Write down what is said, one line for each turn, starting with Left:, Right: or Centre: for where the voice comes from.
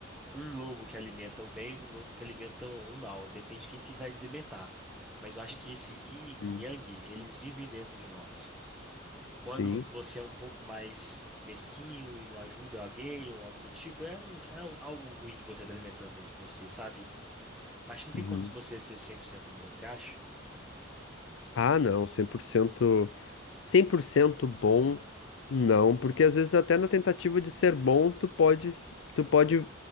Centre: Um lobo que alimenta o bem e um lobo que alimenta o mal. Depende de quem que vai alimentar. Mas eu acho que esse yin
Left: Hum,
Centre: e yang, eles vivem dentro de nós. Quando
Left: Sim.
Centre: você é um pouco mais mesquinho e não ajuda alguém ou algo do tipo, é, um, é algo ruim que você está alimentando dentro de você, sabe? Acho que não tem
Left: Uhum.
Centre: como você ser 100% bom, você acha?
Left: Ah, não, cem cem por cento, cem por cento bom, não, porque às vezes até na tentativa de ser bom, tu pode, s- tu pode